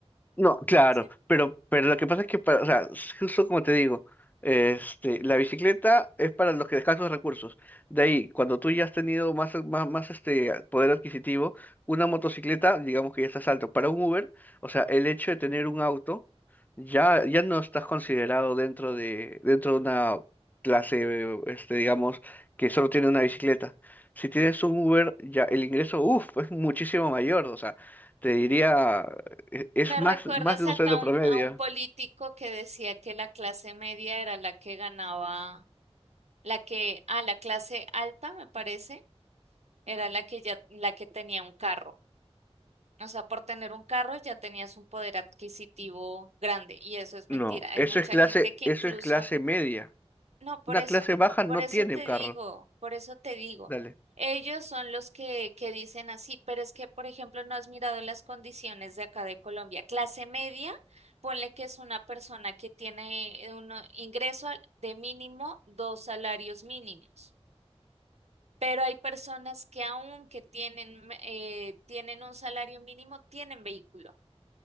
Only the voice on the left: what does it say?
No, claro,
pero, pero lo que pasa es que, para, o sea, s- justo como te digo, este, la bicicleta es para los que escasos recursos. De ahí, cuando tú ya has tenido más, más, más este poder adquisitivo, una motocicleta, digamos que ya estás alto. Para un Uber, o sea, el hecho de tener un auto, ya, ya no estás considerado dentro de, dentro de una clase, eh, este, digamos, que solo tiene una bicicleta. Si tienes un Uber, ya el ingreso, uff, es muchísimo mayor, o sea. Te diría e- Es
más,
más de un
sueldo
promedio.
No,
eso
es clase,
eso
es clase media.
Una
clase baja
no
tiene
carro.
Dale.